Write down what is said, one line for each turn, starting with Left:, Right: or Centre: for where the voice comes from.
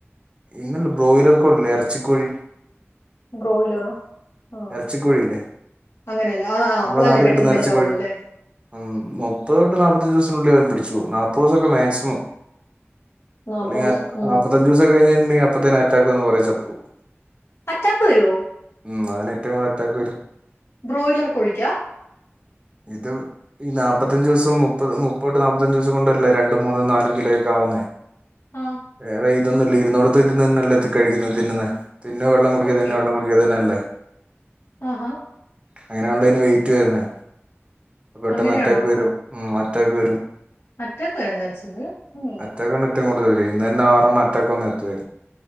Right: ഇന്നല്ല ബ്രോയിലർ കോഴില്ലേ ഇറച്ചിക്കോഴി
Left: ബ്രോയിലറോ ആഹ്
Right: ഇറച്ചിക്കോഴില്ലേ
Left: അങ്ങനെയല്ലേ ആഹ് ആഹ്
Right: നമ്മുടെ
Left: അപ്പളല്ലേ
Right: നാട്ടി
Left: പെട്ടെന്ന്
Right: കിട്ടുന്ന
Left: വലുതാവുള്ളൂ
Right: ഇറച്ചിക്കോഴി
Left: ല്ലേ
Right: ഉം മുപ്പത് തൊട്ട് നാപ്പത്തഞ്ച് ദിവസം ഉള്ളിൽ അത് പിടിച്ചുപോവും നാപ്പോസൊക്കെ മാക്സിമം.
Left: നാപ്പത്
Right: അല്ലെങ്കി
Left: ദിവസം
Right: അര്
Left: ഉം
Right: നാപ്പത്തഞ്ച്സൊക്കെ കഴിഞ്ഞ്ഞ്ഞഴിഞ്ഞ് അല്ലെങ്കി അപ്പത്തന്നെ അറ്റാക്ക് വന്ന് കൊറേ ചത്ത് പോവും.
Left: അറ്റാക്ക് വരോ?
Right: ഉം <unintelligible> ഏറ്റവും കുടുതൽ അറ്റാക്ക് വരും.
Left: ബ്രോയ്ലർ കോഴിക്കാ
Right: ഇത് ഈ നാപ്പത്തഞ്ച് ദിവസം മുപ്പത് മുപ്പത് തൊട്ട് നാപ്പത്തഞ്ച് ദിവസം കൊണ്ടല്ലേ രണ്ടും മൂന്നും നാലും കിലോ ഒക്കെ ആവുന്നേ
Left: ആഹ്
Right: വേറെ ഈ ഇതൊന്നല്ല ഇരുന്നോടത്ത് ഇര്ന്നെന്നെ ല്ലെ തി കഴിക്കുന്നെ തിന്നുന്നെ തിന്ന വെള്ളം കുടിക്ക
Left: ഓക്കെ
Right: തിന്ന വെള്ളം കുടിക്ക ഇതന്നെല്ലേ
Left: ആഹാ
Right: അങ്ങനെയാണല്ലോ ഇതിന് വെയിറ്റ് വരുന്നേ പെട്ടെന്ന്
Left: അങ്ങനെയാണോ
Right: അറ്റാക്ക് വരും ഉം അ റ്റാക്ക് വരും
Left: അറ്റാക്ക് വര ചാൻസ്ണ്ട് ഉം
Right: അറ്റാക്കാണ് ഏറ്റവും ഇന്ന് തന്നെ ആറണം അറ്റാക്ക് വന്ന് എത്തുവാ